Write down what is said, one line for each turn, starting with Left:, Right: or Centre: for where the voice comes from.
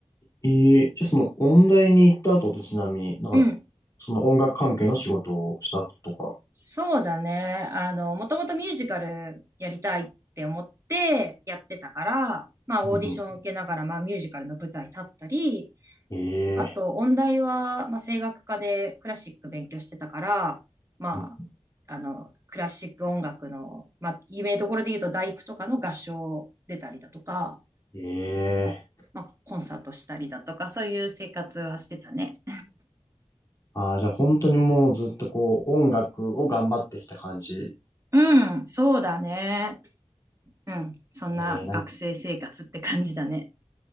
Left: ええじゃあその、音大に行った後ってちなみになんか、
Right: うん。
Left: その音楽関係の仕事をしたとか。
Right: そうだね。あの、もともとミュージカルやりたいって思ってやってたから、まあオーディションを受けながら、
Left: うんふん
Right: まあミュージカルの舞台立ったり、
Left: ええ
Right: あと音大は、まあ声楽科でクラシック勉強してたから、まあ、
Left: うん
Right: あの、クラシック音楽の、まあ有名どころで言うと大工とかの合唱出たりだとか、
Left: ええ
Right: まあコンサートしたりだとか、そういう生活はしてたね。
Left: ああ、じゃあ本当にもうずっとこう音楽を頑張ってきた感じ。
Right: うん、そうだね。うん、そんな学生生活って感じだね。
Left: えー、なん